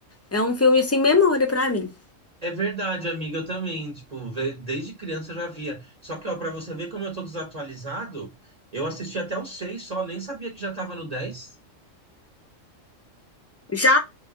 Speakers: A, on the left (about 15°); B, on the right (about 35°).
A: é um filme assim, memória pra mim.
B: É verdade, amiga, eu também, tipo, ve- desde criança eu já via. Só que, ó, pra você ver como eu tô desatualizado, eu assisti até o 6. só, nem sabia que já tava no 10.
A: Já